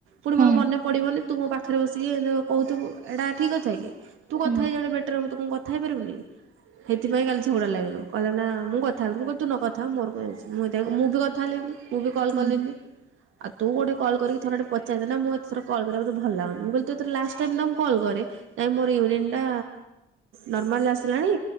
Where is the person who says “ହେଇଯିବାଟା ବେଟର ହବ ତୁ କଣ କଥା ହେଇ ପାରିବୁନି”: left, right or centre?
Right